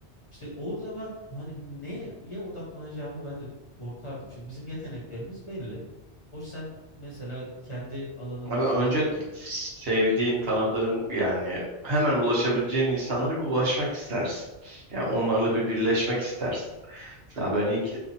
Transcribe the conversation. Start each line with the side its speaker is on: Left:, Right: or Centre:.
Left: İşte orada ben hani neye odaklanacağımı ben de korkardım. Şimdi bizim yeteneklerimiz belli. Hoş sen mesela kendi alanında
Right: Abi
Left: şey
Right: önce
Left: yapabilirdin.
Right: sevdiğin, tanıdığın yani hemen ulaşabileceğin insanlara bir ulaşmak istersin. Yani onlarla bir birleşmek istersin. Mesela ben ilk